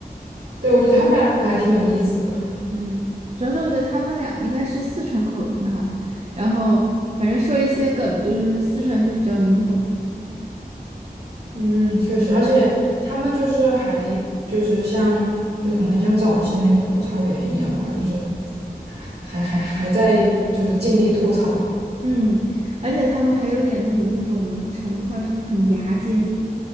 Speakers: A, on the right; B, on the right.
A: 对，我觉得她们俩还挺有意思的。
B: 嗯，主要是我觉得他们俩应该是四川口音哈，然后反正说一些梗，就是四川就比较能懂。
A: 嗯，确实，而且他们就是还就是像就是可能像早期的那个吐槽员一样吧，就是还还还在就是尽力吐槽，
B: 嗯，而且他们还有点那种，就是我们成都话说很牙尖，